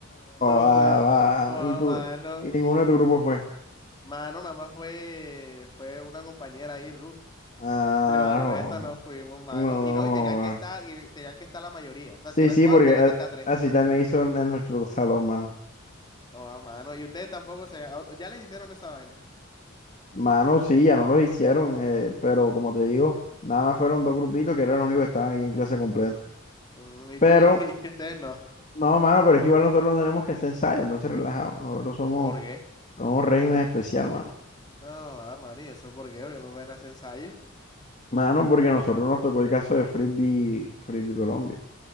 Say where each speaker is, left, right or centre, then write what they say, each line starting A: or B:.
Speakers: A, on the left (about 20°); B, on the left (about 35°).
A: No
B: ah,
A: fui. Joda,
B: va, y tú,
A: mano.
B: y ninguno de tu grupo fue.
A: Mano, nada más fue, fue una compañera ahí, Ruth.
B: Ah,
A: Pero del resto
B: joder.
A: no fuimos, mano.
B: no. joder.
A: Y no, y tenían que estar, y tenían que estar la mayoría. O sea,
B: Sí,
A: si eran
B: sí,
A: cuatro,
B: porque
A: tenían
B: a-
A: que estar tres.
B: así también hizo en en nuestro salón, mano.
A: No, mano. Y ustedes tampoco se. o- Ya les hicieron esa vaina.
B: Mano, sí, ya no los hicieron, eh, pero como te digo, nada más fueron dos grupitos que eran los únicos que estaban ahí en clase completo.
A: Mm, y
B: Pero,
A: tú, <laughs> y ustedes no.
B: no, mano, pero es que igual nosotros no tenemos que hacer ensayos, entonces relajados. Nosotros somos,
A: ¿Por qué?
B: somos régimen especial, mano.
A: No, ah, mano, ¿y eso por qué? Porque no ven a hacer ensayo.
B: Mano, porque a nosotros nos tocó el caso de Frisbee, Frisbee Colombia.